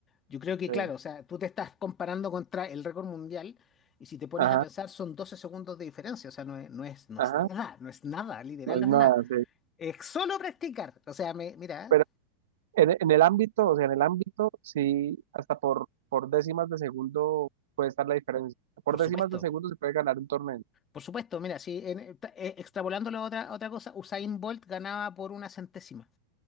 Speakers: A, on the left (about 25°); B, on the right (about 80°).
A: Yo creo que,
B: Sí.
A: claro, o sea, tú te estás comparando contra el récord mundial y si te pones
B: Ajá,
A: a pensar son 12 segundos de diferencia, o sea, no es, no es, no
B: ajá,
A: es nada, no es nada, literal
B: no
A: no
B: es nada,
A: es nada.
B: sí.
A: Es solo practicar, o sea, me, mira,
B: Pero
A: ¿eh?
B: en, en el ámbito, o sea, en el ámbito, sí, hasta por, por décimas de segundo puede estar la diferencia. Por
A: por
B: décimas
A: supuesto,
B: de segundo se puede ganar un torneo.
A: por supuesto, mira, si en- tra- eh, extrapolándolo a otra, a otra cosa, Usain Bolt ganaba por una centésima